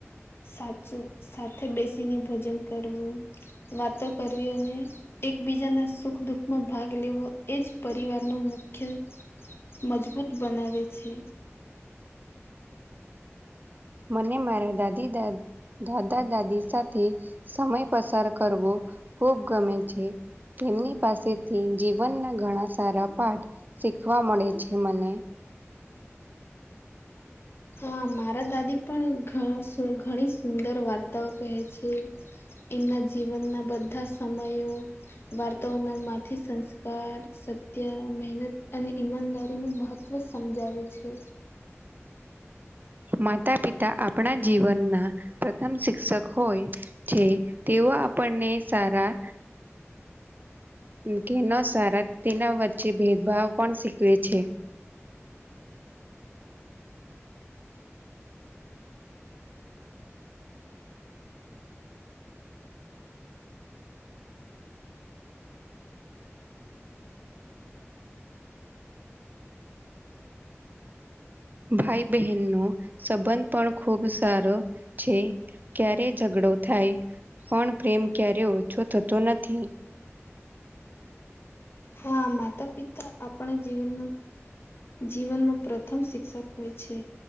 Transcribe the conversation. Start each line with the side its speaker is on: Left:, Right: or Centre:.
Left: સાચું સાથે બેસીને ભોજન કરવું, વાતો કરવી અને એકબીજાના સુખ દુઃખમાં ભાગ લેવો, એ જ પરિવારનો મુખ્ય મજબૂત બનાવે છે.
Right: મને મારા દાદી દાદ, દાદા દાદી સાથે સમય પસાર કરવો ખૂબ ગમે છે. તેમની પાસેથી જીવનના ઘણા સારા પાઠ શીખવા મળે છે મને.
Left: હા મારા દાદી પણ ઘ સુ ઘણી સુંદર વાર્તાઓ કહે છે. એમના જીવનના બધા સમયો, વાર્તાઓના માંથી સંસ્કાર સત્ય, મહેનત, અને ઈમાનદારી નુ મહત્વ સમજાવે છે.
Right: માતા પિતા આપણા જીવનના પ્રથમ શિક્ષક હોય, છે. તેવા આપણને સારા કે ન સારા તેના વચ્ચે ભેદભાવ પણ શીખવે છે. ભાઈ બહેન નો સંબંધ પણ ખુબ સારો છે. ક્યારે ઝઘડો થાય પણ પ્રેમ ક્યારે ઓછો થતો નથી.
Left: હા માતા પિતા આપણા જીવનના જીવનમાં પ્રથમ શિક્ષક હોય છે